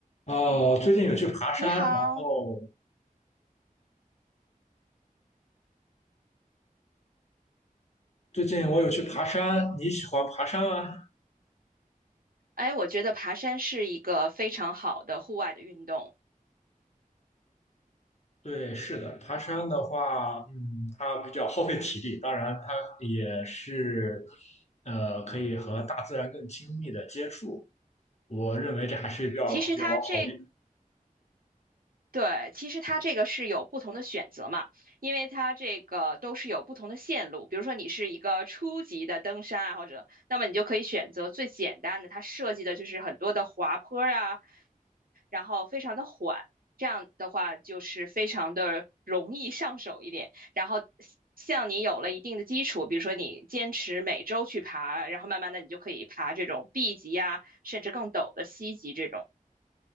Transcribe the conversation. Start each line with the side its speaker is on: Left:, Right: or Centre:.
Left: 哦，最近有去爬山，
Right: 你好，
Left: 然后最近我有去爬山。你喜欢爬山吗？
Right: 哎，我觉得爬山是一个非常好的户外的运动。
Left: 对，是的，爬山的话，嗯，它比较耗费体力，当然它也是，呃，可以和大自然更亲密的接触。我认为这还是比较比较好一，
Right: 其实它这，对，其实它这个是有不同的选择嘛，因为它这个都是有不同的线路。比如说你是一个初级的登山爱好者，那么你就可以选择最简单的，它设计的就是很多的滑坡啊，然后非常的缓，这样的话就是非常的容易上手一点。然后像你有了一定的基础，比如说你坚持每周去爬，然后慢慢的你就可以爬这种 B 级呀、甚至更陡的 C 级这种